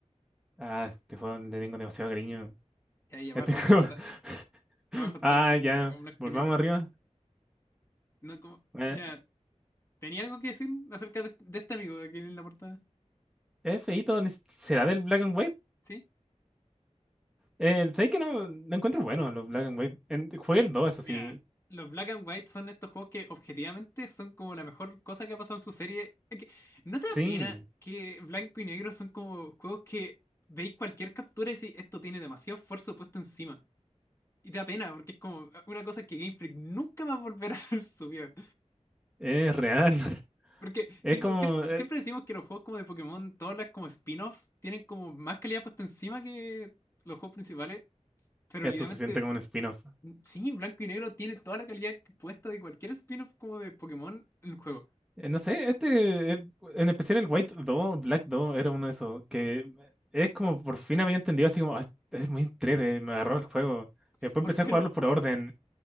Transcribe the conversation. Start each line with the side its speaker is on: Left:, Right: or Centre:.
Centre: Ah, este juego le tengo demasiado cariño.
Left: Y ahí abajo
Centre: Este juego.
Left: está,
Centre: <laughs>
Left: abajo está
Centre: Ah,
Left: el po-
Centre: ya.
Left: Pokémon blanco
Centre: Volvamos
Left: y negro.
Centre: arriba.
Left: No, como,
Centre: Eh,
Left: mira, ¿tenía algo que decir acerca de, de este amigo aquí en la portada?
Centre: es feíto, ¿será del Black and White?
Left: Sí,
Centre: Eh, ¿sabes que no? Lo encuentro bueno, los Black and White. En- jugué el 2 eso
Left: mira,
Centre: sí.
Left: los Black and White son estos juegos que objetivamente son como la mejor cosa que ha pasado en su serie. Es que, ¿no te da
Centre: Sí,
Left: pena que blanco y negro son como juegos que veis cualquier captura y decís, esto tiene demasiado esfuerzo puesto encima? Y da pena, porque es como ah, una cosa que Game Freak nunca va a volver a <laughs> hacer su vida.
Centre: es real. <laughs>
Left: Porque,
Centre: Es
Left: tipo,
Centre: como...
Left: siempre,
Centre: eh,
Left: siempre decimos que los juegos como de Pokémon, todas las como spin-offs, tienen como más calidad puesta encima que los juegos principales. Pero
Centre: esto
Left: literalmente,
Centre: se siente como un spin-off.
Left: sí, Blanco y Negro tiene toda la calidad puesta de cualquier spin-off como de Pokémon en el juego.
Centre: Eh, no sé, este... eh, en especial el White 2 Black 2 era uno de esos que... Es como por fin había entendido así como... "Ah, Es, muy entrete, me agarró el juego.
Left: <laughs>
Centre: Y después
Left: Por
Centre: empecé
Left: fin,
Centre: a jugarlo por orden.